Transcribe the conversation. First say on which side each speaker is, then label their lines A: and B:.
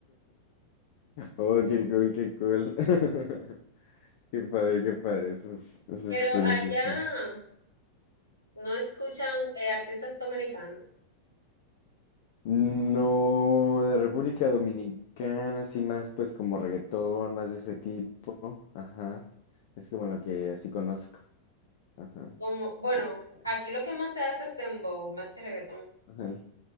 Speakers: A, on the left; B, on the left.
A: Oh, qué cool, qué cool. <laughs> Qué padre, qué padre. Eso es, eso
B: Pero
A: es cool,
B: allá,
A: eso es cool.
B: No escuchan eh, artistas dominicanos.
A: No, de República Dominicana, así más pues como reggaetón, más de ese tipo. Ajá. Es como lo que así conozco. Ajá.
B: Como, bueno,
A: Sí, sí, sí.
B: aquí lo que más se hace es dembow, más que reggaetón.
A: Ajá.